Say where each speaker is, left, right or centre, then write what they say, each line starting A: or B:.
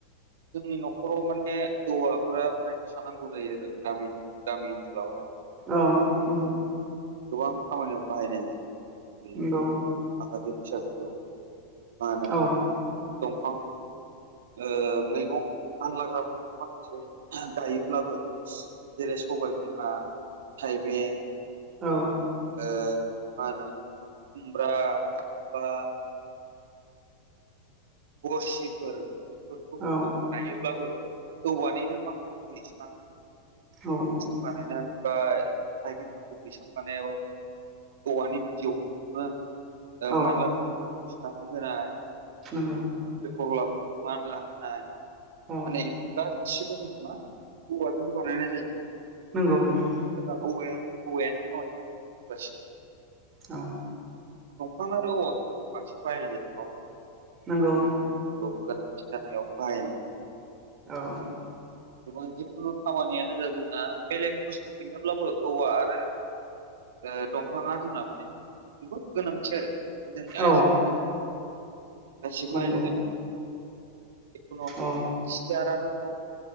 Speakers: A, on the right (about 60°); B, on the right (about 30°).
A: जोंनि न'खराव माने औवाफोरा माने थानांगौ जायो आरो गामि गामि ओनसोलावहाय औवाखौ
B: औ नंगौ
A: गोबां खामानियाव बाहायनाय जायो बिदिनो
B: नंगौ
A: माखासे फिसा फिसौ मा होनो
B: औ
A: दंफां ओ मैगं मानलाग्राफोर माखासे गायोब्लाबो जेरै सबाय बिमा थाइबें
B: औ
A: ओ मा होनो खुमब्रा बा गरसिफोर बेफोरखौ जोङो
B: औ
A: गायोब्लाबो औवानिनो माखासे बैसां
B: औ
A: बैसां बानायनाय बा इसोर थाइबेंफोरखौ बैसां बानायनायावबो औवानि बिजौखौनो
B: औ
A: मानलानो थाखाय थुनानै होनाय
B: नोंगौ
A: खांख्रिखरलाफोरखौ मानला होनाय
B: औ
A: माने गासिबो जोङो मा औवाजोंनो बानायनाय जायो
B: नंगौ नंगौ
A: जोंना औवायानो औवायानो खामानि <unintelligible>
B: औ
A: दंफां आरो औवाखौनो जों बांसिन बाहायनाय जायो नङा होमबा
B: नोंगौ
A: गोनांथि जानायाव बाहायनाय <unintelligible>
B: औ
A: <inaudible> गोबां जिखुनु खामानियानो जा जोंना बेलेग बुस्थु गैयाब्लाबो औवा आरो ओ दंफाङा जोंना माने जबोद गोनांथि आरो जोंनि आइजें
B: औ
A: आइला गासिबो
B: नंगौ
A: आयजें आयला जिखुनो
B: औ
A: सियारानो बुं